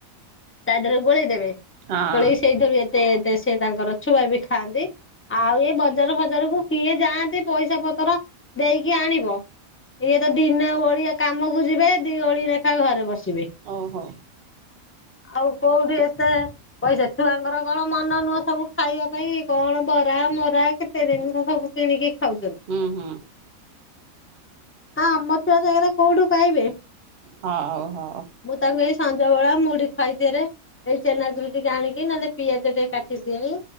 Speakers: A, on the left; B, on the right.
A: ତା ଦେରେ ଗୋଳେଇ ଦେବେ
B: ହଁ
A: ଗୋଳେଇକି ସେଇଥିରୁ ଏ ତେ ଏତେ ସିଏ ତାଙ୍କର ଛୁଆ ବି ଖାଆନ୍ତି, ଆଉ ଏ ବ ଜାର ଫାଜାରକୁ କିଏ ଯାଆନ୍ତି ପଇସା ପତର ଦେଇକି ଆଣିବ ଇଏ ତ ଦିନେ ଓଳିଏ କାମକୁ ଯିବେ ଦି ଓଳି ଲେଖା ଘରେ ବସିବେ।
B: ଓହୋ।
A: ଆଉ କୋଉଠି ଏତେ ପଇସା ଛୁଆଙ୍କର କଣ ମନ ନୁହଁ ସବୁ ଖାଇବା ପାଇଁ କଣ ବରା ମରା କେତେ <unintelligible> ସବୁ କିଣିକି ଖାଉଚନ୍ତି,
B: ହୁଁ ହୁଁ
A: ଆମ ଛୁଆ ସେଗୁରା କୋଉଠୁ ପାଇବେ?
B: ହଉ-ହଉ।
A: ମୁଁ ତାଙ୍କୁ ଏଇ ସଞ୍ଜ ବେଳା ମୁଢି ଖାଇ <unintelligible> ଏଇ ଚେନା ଚୁରୁ ଟିକେ ଆଣିକି ନହେଲେ ପିଆଜ ଟିକେ କାଟି ଦିଏଇ